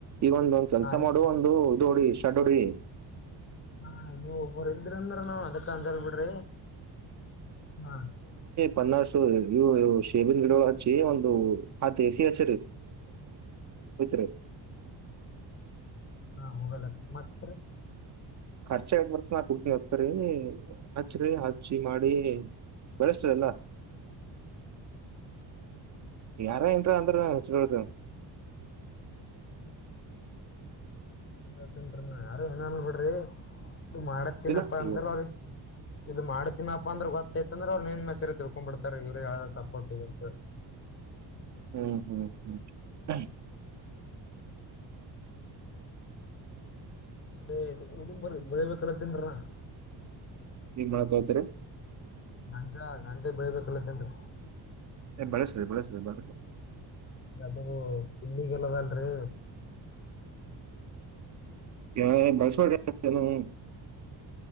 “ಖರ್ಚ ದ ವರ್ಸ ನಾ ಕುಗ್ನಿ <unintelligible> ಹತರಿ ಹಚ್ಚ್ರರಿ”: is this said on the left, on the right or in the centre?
Right